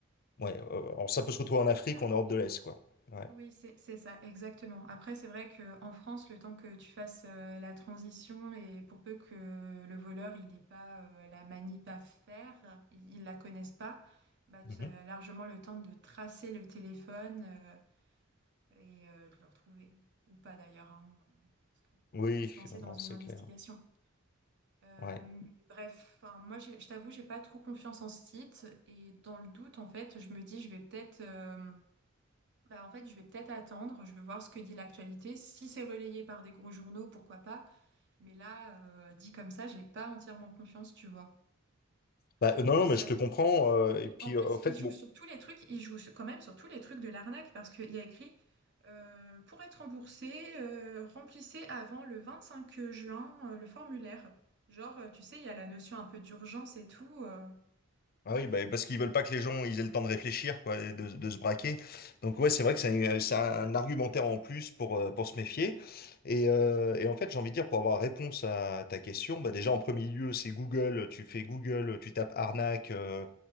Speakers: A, on the left; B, on the right.
A: ouais, euh, alors ça peut se retrouver en Afrique,
B: Bah,
A: en Europe de l'Est, quoi. Ouais.
B: Oui, c'est c'est ça, exactement. Après, c'est vrai que en France, le temps que tu fasses euh, la transition et pour peu que le voleur, il n'ait pas euh, la manip à faire, il ne la connaisse pas, bah, tu
A: Mhm.
B: as largement le temps de tracer le téléphone euh, et euh, de le retrouver. Ou pas d'ailleurs, hein, euh, parce que
A: Oui,
B: c'est se lancer
A: non,
B: dans
A: non,
B: une
A: c'est
B: investigation.
A: clair.
B: Euh,
A: Ouais.
B: mais bref, enfin, moi, j'ai- je t'avoue, j'ai pas trop confiance en ce site et dans le doute, en fait, je me dis, je vais peut-être... euh, bah, en fait, je vais peut-être attendre, je vais voir ce que dit l'actualité. Si c'est relayé par des gros journaux, pourquoi pas. Mais là, euh, dit comme ça, j'ai pas entièrement confiance, tu vois.
A: Bah,
B: En
A: euh, non,
B: plus,
A: non, mais
B: il
A: je
B: y a...
A: te comprends. euh, et puis,
B: en plus,
A: euh, en fait,
B: ils jouent
A: bon.
B: sur tous les trucs, ils jouent sur- quand même sur tous les trucs de l'arnaque parce qu'il y a écrit euh, pour être remboursé, euh, remplissez avant le 25 juin euh, le formulaire. Genre, euh, tu sais, il y a la notion un peu d'urgence et tout. euh.
A: Ah oui, bah, parce qu'ils veulent pas que les gens ils aient le temps de réfléchir, quoi, et de, de se braquer. Donc ouais, c'est vrai que c'est un, c'est un argumentaire en plus pour, euh, pour se méfier. Et, euh, et en fait, j'ai envie de dire, pour avoir réponse à ta question, bah déjà en premier lieu, c'est Google. Tu fais Google, tu tapes arnaque, euh,